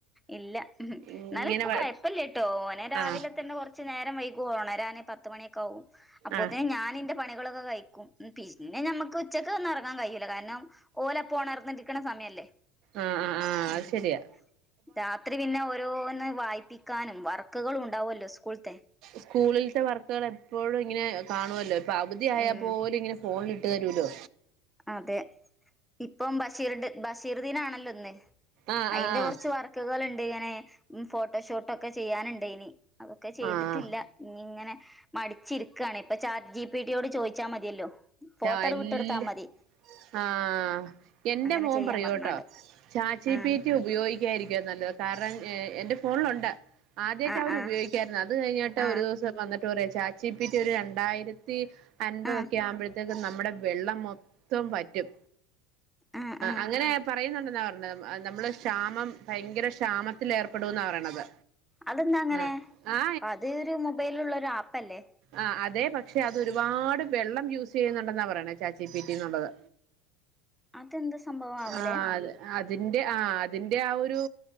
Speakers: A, in the centre; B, on the right.
A: ഇല്ല എന്നാലും
B: ഇങ്ങനെ
A: ഇപ്പൊ കുഴപ്പില്ല ട്ടോ ഓനെ രാവിലെ
B: ആ
A: തന്നെ കൊറ കുറച്ചു നേരം വൈകും ഒണരാന് പത്തു മണിയൊക്കെ ആകും അപ്പത്തെന്
B: ആ
A: ഞാനിന്റെ പണികളൊക്കെ കഴിക്കും ഉം പിന്നെ നമ്മക്ക് ഉച്ചക്ക് ഒന്നും ഉറങ്ങാൻ കഴിയൂല്ല കാരണം ഓല് അപ്പൊ ഒണർന്നിരിക്കണ സമയല്ലേ
B: ആഹ് ആഹ് ആഹ്
A: ഉം
B: അത് ശെരിയാ
A: രാത്രി പിന്നെ ഓരോന്ന് വായിപ്പിക്കാനും വർക്കുകളും ഉണ്ടാവുമല്ലോ സ്കൂളത്തെ
B: സ്കൂളിലത്തെ വർക്കുകൾ എപ്പോഴും ഇങ്ങനെ കാണുവല്ലോ ഇപ്പൊ അവധി ആയപ്പോലും
A: ഉം
B: ഇങ്ങനെ ഫോണിലിട്ട് തരുല്ലോ?
A: അതെ ഇപ്പം ബഷീർ ബഷീറു ദീനാണല്ലോ ഇന്ന്
B: ആഹ്
A: അതിന്റെ
B: ആഹ്
A: കുറച്ച് വർ ക്കുകകള്ണ്ട് ഇങ്ങനെ ഫോട്ടോഷൂട്ട ഒക്കെ ചെയ്യാനുണ്ട് ഇനി. അതൊക്കെ ചെയ്തിട്ടില്ല
B: ആഹ്
A: ഇനി ഇങ്ങനെ മടിച്ചി ണ് ഇപ്പൊ ചാറ്റ് ജി പി റ്റി യോട് ചോദിച്ചാൽ മതിയല്ലോ ഫോട്ടോട്
B: ആഹ് എല്ല
A: വിട്ടെടുത്താൽ മതി.
B: ആഹ് എൻ്റെ
A: അങ്ങനെ
B: മോൻ
A: ചെയ്യാൻ
B: പറയൂട്ടോ
A: പറഞ്ഞാണ്ട്
B: ചാറ്റ് ജി
A: ആഹ്
B: പീറ്റി ഉപയോഗിക്ക, യിരിക്കും നല്ലത് കാരണം എ എന്റെ ഫോണിലുണ്ട്. ആദ്യൊക്കെ
A: ആഹ്
B: അവർ
A: ആഹ്
B: ഉപയോഗിക്കാരായിരുന്നു അത് കഴിഞ്ഞിട്ട്
A: ആഹ്
B: ഒരു ദിവസം വന്നി,, ചാറ്റ് ജി പി ടി ഒരു രണ്ടായിരത്തി അൻപതൊക്കെ
A: ആഹ്
B: ആവുമ്പഴ,, ത് നമ്മടെ വെള്ളം മൊത്തം വറ്റും
A: ആഹ് ആഹ്
B: അങ്ങനെ പറയുന്നുണ്ടെന്നാ പറഞ്ഞത് നമ്മള് ക്ഷാമം ഭയങ്കര ക്ഷാമത്തിൽ ഏർപ്പെടുന്ന പറയണത്.
A: അതെന്താ അങ്ങനെ
B: ആ ആ
A: അത് ഒരു മൊബൈലുള്ള ഒരു ആപ്പല്ലേ?
B: ആഹ് അതെ പക്ഷെ അത് ഒരുപാട് വെള്ളം യൂസ്,, ചെയ്യുന്നുണ്ടെന്നാ പറയണേ ചാച്ചി പീറ്റിന്നുള്ളത്
A: അതെന്ത് സംഭവം ആവലെ
B: ആഹ് അതെ. അതിന്റെ ആഹ് അതിന്റെ ആഹ് ഒരു